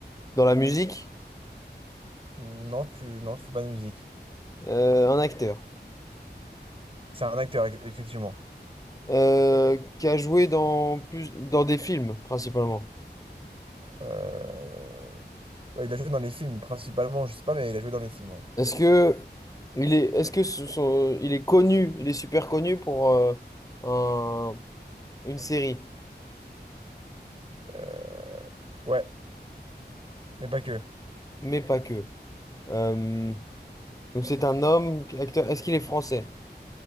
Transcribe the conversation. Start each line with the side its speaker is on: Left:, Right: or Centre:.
Left: dans la musique,
Right: Non, tu non, tu fais pas de musique.
Left: euh, un acteur,
Right: C'est un acteur, ex- effectivement.
Left: euh, qui a joué dans plus dans des films principalement?
Right: Euh, ouais, il a joué dans les films principalement, je sais pas, mais il a joué dans les films, ouais.
Left: Est-ce que il est, est-ce que ce sont- il est connu, il est super connu pour euh, un- une série,
Right: Euh, ouais, mais pas que.
Left: mais pas que. Euh, donc c'est un homme, acteur. Est-ce qu'il est français?